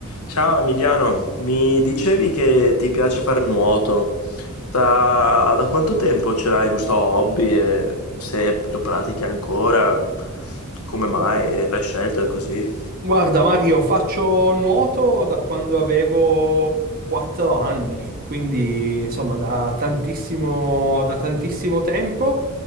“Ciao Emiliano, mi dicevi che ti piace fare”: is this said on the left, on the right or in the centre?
Left